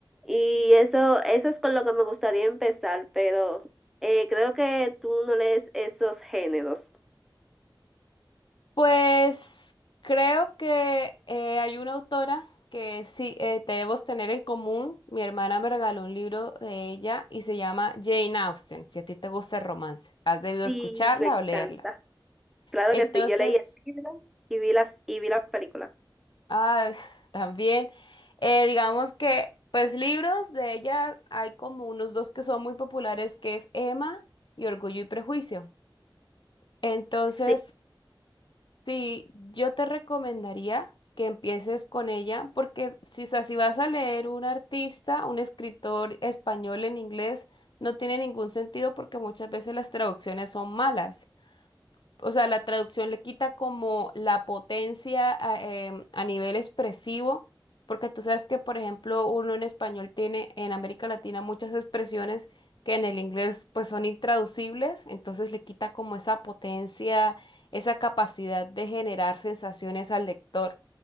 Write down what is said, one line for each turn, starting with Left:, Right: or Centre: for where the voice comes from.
Centre: Y eso, eso es con lo que me gustaría empezar, pero eh, creo que tú no lees esos géneros.
Left: Pues creo que eh, hay una autora que sí eh, debemos tener en común. Mi hermana me regaló un libro de ella y se llama Jane Austen. Si a ti te gusta el romance, has debido
Centre: Sí,
Left: escucharla
Centre: me encanta.
Left: o leerla.
Centre: Claro
Left: Entonces,
Centre: que sí, yo leí el libro y vi las y vi la película.
Left: ah, <laughs> también, eh, digamos que, pues libros de ellas hay como unos dos que son muy populares, que es Emma y Orgullo y Prejuicio. Entonces,
Centre: Sí,
Left: Sí, yo te recomendaría que empieces con ella, porque si, o sea, si vas a leer un artista, un escritor español en inglés, no tiene ningún sentido porque muchas veces las traducciones son malas o sea, la traducción le quita como la potencia a, em, a nivel expresivo, porque tú sabes que, por ejemplo, uno en español tiene en América Latina muchas expresiones que en el inglés pues son intraducibles, entonces le quita como esa potencia, esa capacidad de generar sensaciones al lector.